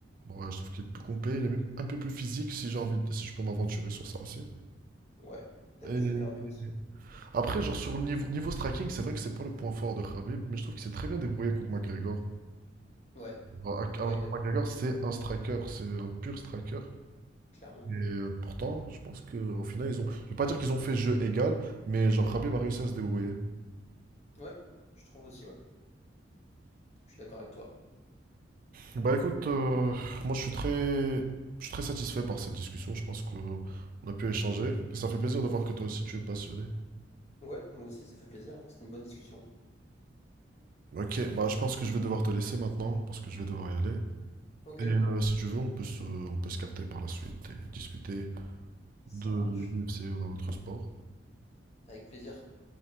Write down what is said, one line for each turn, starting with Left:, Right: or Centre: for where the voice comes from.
Right: Ouais, je trouve qu'il est plus complet, il est même un peu plus physique si j'ai envie de, si je peux m'aventurer sur ça aussi.
Left: Ouais. Peut-être
Right: Et
Left: plus de cardio aussi.
Right: après, genre sur le niveau, niveau striking, c'est vrai que c'est pas le point fort de Khabib, mais je trouve qu'il s'est très bien débrouillé contre McGregor.
Left: Ouais.
Right: Alors alors
Left: Ouais,
Right: que
Left: il a.
Right: McGregor, c'est un striker, c'est un pur striker.
Left: Clairement.
Right: Et euh, pourtant, je pense qu'au final, ils ont. Je vais pas dire qu'ils ont fait jeu égal, mais genre Khabib a réussi à se débrouiller.
Left: Ouais. Je trouve aussi, ouais. Je suis d'accord avec toi.
Right: Bah écoute, euh, moi je suis très, je suis très satisfait par cette discussion. Je pense qu'on a pu échanger. Ça fait plaisir de voir que toi aussi tu es passionné.
Left: Ouais, moi aussi, ça fait plaisir, hein. C'était une bonne discussion.
Right: Ok, bah je pense que je vais devoir te laisser maintenant parce que je vais devoir y aller.
Left: Ok.
Right: Et euh, si tu veux, on peut se, on peut se capter par la suite et discuter
Left: Ça
Right: de
Left: marche.
Right: l'UFC ou d'un autre sport.
Left: Avec plaisir.